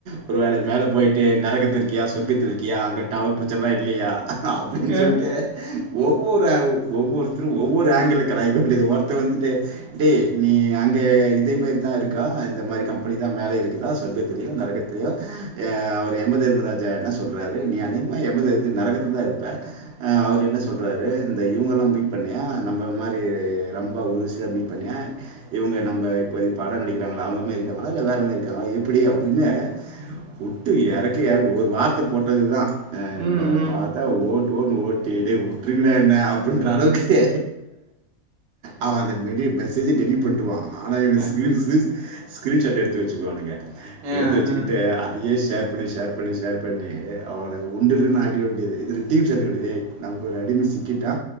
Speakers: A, on the right (about 60°); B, on the right (about 85°).
A: ஒருவேளை மேல போயிட்டு நரகத்துல இருக்கியா சொர்கத்துல இருக்கியா அங்க டவர் பிரச்சனைலா இல்லையா அப்டின்னு
B: அ.
A: சொல்ட்டு ஒவ்வொரு ஒவ்வொருத்தரும் ஒவ்வொரு ஆங்கில்ல கலாய்க்க வேண்டியது ஒருத்தர் வந்துட்டு டேய் நீ அங்க இதே மாரி தான் இருக்கா இந்த மாரி கம்பெனி தான் மேல இருக் க்குதா சொர்க்கத்திலயும் நரகத்திலும் அவர் எமதர்மராஜா என்ன சொ சொல்றாரு நீ அனேகமா எமது வந்து நரகத்துலதா இருப்ப அவர் என்ன சொல்றாரு இந்த இவங்க எல்லாம் மீட் பண்ணியா நம்ம மாரி ரம்பா ஊர்வசிய மீட் பண்ணியா இவங்க நம்ம இப்போ பாடம் நடிக்கிறங்களா அவங்க மாரி இருக்காங்களா இல்ல வேறமாரி இருக்காங்களா எப்டி அப்டின்னு புட்டு எறக்கு எறக்கு ஒரு வார்த்த போட்டது தான் அ
B: ம்,
A: வ
B: ம்.
A: பார்த்தா ஓட்டு ஓட்டுனு ஓட்டிட்டு விட்டுங்க என்ன அப்படின்ற அளவுக்கு அவன் அந்த மெசேஜ் டெலிட் பண்ணிடுவான் ஆனா இவ
B: அ,
A: ஸ்கீன் ஸ்க்ரீன்ஷாட் எடுத்து வச்சுக்குவானுங்க
B: அ, அ.
A: எடுத்து வச்சுக்கிட்டு அதையே ஷேர் இப்படி ஷேர் பண்ணி ஷேர் பண்ணி அவன உண்டு இல்லன்னு ஆக்கிட வேண்டியது இதுல டீம்ஸ் என்ன வேண்டியது ஏய் நமக்கொரு அடிம சிக்கிட்டா